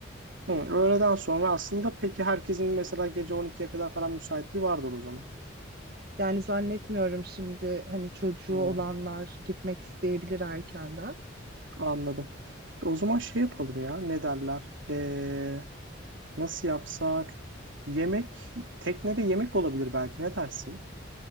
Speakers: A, on the right (about 75°); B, on the right (about 50°).
A: Hı, öğleden sonra aslında peki herkesin mesela gece 12'ye kadar falan müsaitliği vardır o zaman.
B: Yani zannetmiyorum şimdi hani çocuğu
A: Hı,
B: olanlar gitmek isteyebilir erkenden.
A: anladım. O zaman şey yapalım ya, ne derler? E, nasıl yapsak? Yemek, teknede yemek olabilir belki, ne dersin?